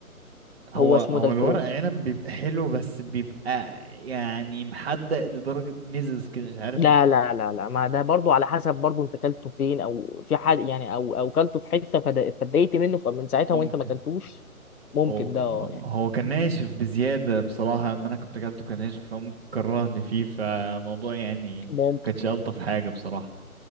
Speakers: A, on the right; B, on the left.
A: هو
B: هو اسمه
A: هو
B: ده الكروب
A: الورق عنب بيبقى حلو بس بيبقى يعني محدق لدرجة ميزز كده مش عارف
B: لا لا لا لا ما ده برضو على حسب برضو انت كلته فين او في حد يعني او او كلته في حته فد- فاتضايقت منه فمن ساعتها
A: ممكن
B: وانت ما كلتوش ممكن
A: هو
B: ده آه، يعني
A: هو كان ناشف بزيادة بصراحة اما انا كنت اكلته كان ناشف فممكن كرهني فيه فموضوع يعني ما
B: ممكن
A: كانش الطف حاجة بصراحة